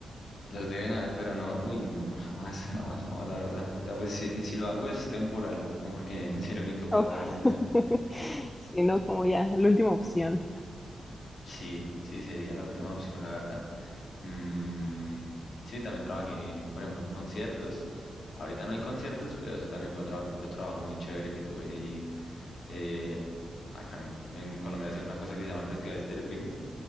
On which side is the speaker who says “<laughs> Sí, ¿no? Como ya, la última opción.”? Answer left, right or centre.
Left